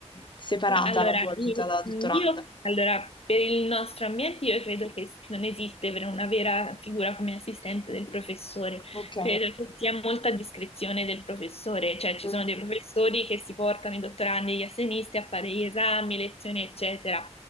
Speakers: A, on the left; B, on the left.
A: separata
B: No, allora,
A: la tua
B: i-
A: vita da dottoranda.
B: io, allora, per il nostro ambiente io credo che s- non esiste per una vera figura come assistente del professore,
A: Ok.
B: credo che sia molta discrezione del professore, cioè ci
A: Mm.
B: sono dei professori che si portano i dottorandi e gli assegnisti a fare gli esami, lezioni, eccetera.